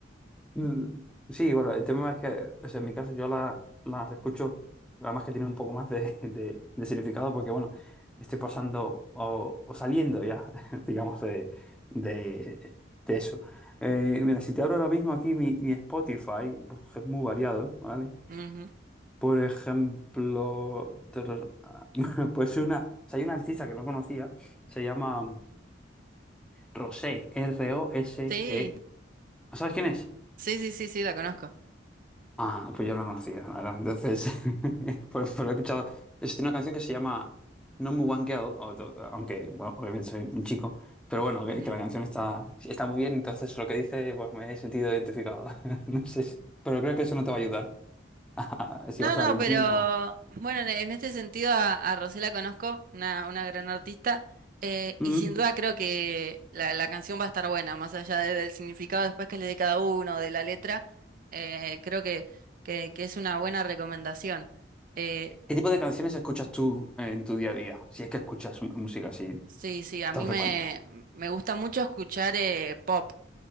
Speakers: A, in the centre; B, on the right.
A: Mm, Sí, bueno, el tema es que, o sea, en mi caso yo la- las escucho, además que tiene un poco más de, <laughs> de- de significado, porque bueno, estoy pasando o, o saliendo ya, <laughs> digamos, de, de, de eso. Eh, mira, si te abro ahora mismo aquí mi, mi Spotify, pues, es muy variado, ¿vale?
B: ujú.
A: Por ejemplo, tarara- <laughs> pues una, o sea, hay una artista que no conocía, se llama Rosé, R-O-S-E.
B: Sí.
A: ¿Sabes quién es?
B: Sí, sí, sí, sí, la conozco.
A: Ah, pues yo no la conocía, la verdad. Entonces, <laughs> pues, pero he escuchado. Es una canción que se llama Number One Girl, o to- aunque, bueno, obviamente soy un chico, pero bueno, que,
B: Ujú.
A: que la canción está, está muy bien, entonces lo que dice, pues me he sentido identificado. <laughs> No sé, si- pero creo que eso no te va a ayudar. Ah, Si
B: No,
A: vas
B: no,
A: al
B: pero
A: gym o...
B: bueno, en en este sentido a, a Rosé la conozco, una, una gran artista, eh,
A: Mm.
B: y sin duda creo que la, la canción va a estar buena, más allá de- del significado después que le dé cada uno, de la letra, eh, creo que, que, que es una buena recomendación. Eh,
A: ¿Qué tipo de canciones escuchas tú eh, en tu día a día? Si es que escuchas mu- música así
B: sí, sí, a
A: tan
B: mí
A: frecuente.
B: me, me gusta mucho escuchar eh, pop,